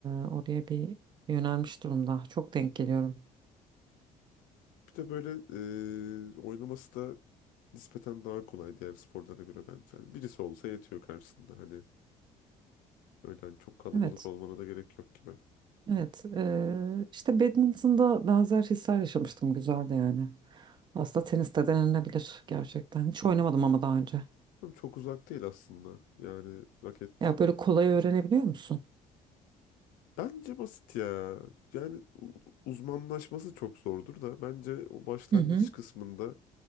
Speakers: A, on the right (about 35°); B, on the left (about 80°).
A: e, oraya bir yönelmiş durumda. Çok denk geliyorum.
B: Bir de böyle e, oynaması da nispeten daha kolay diğer sporlara göre bence. Hani birisi olsa yetiyor karşısında. Hani öyle hani çok kalabalık
A: Evet.
B: olmana da gerek yok gibi.
A: Evet. E, işte badminton'da benzer hisler yaşamıştım. Güzeldi yani. Aslında tenis de denenebilir gerçekten. Hiç oynamadım ama daha önce.
B: Ama çok uzak değil aslında. Yani raket
A: Ya böyle kolay öğrenebiliyor musun?
B: bence basit ya. Yani u- uzmanlaşması çok zordur da bence o başlangıç
A: Hı hı.
B: kısmında